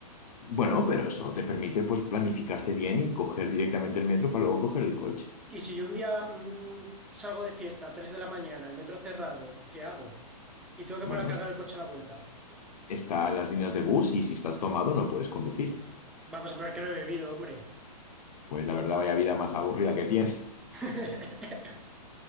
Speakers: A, on the left; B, in the centre.
A: Bueno, pero eso te permite pues planificarte bien y coger directamente el metro para luego coger el coche.
B: Y si yo un día mm, salgo de fiesta a 3 de la mañana, el metro cerrado, ¿qué hago? Y tengo que
A: Bueno,
B: poner a cargar el coche a la vuelta.
A: están las líneas de bus y si estás tomado no puedes conducir.
B: Vamos a ver que no he bebido, hombre.
A: Pues la verdad, vaya vida más aburrida que tienes.
B: <laughs>